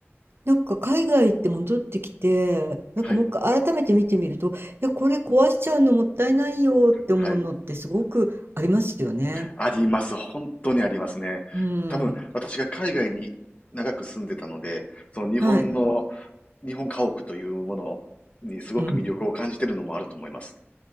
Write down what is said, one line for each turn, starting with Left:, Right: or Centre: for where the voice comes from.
Right: なんか海外行って戻ってきて、なんかもう一回改めて見てみると、
Left: はい。
Right: いや、これ壊しちゃうのもったいないよって思うのってすごくありますよね。
Left: はい。あります。本当にありますね。
Right: うん。
Left: 多分、私が海外に長く住んでたので、その日本の、
Right: はい。
Left: 日本家屋というものにすごく魅力を感じてるのもあると思います。
Right: うん。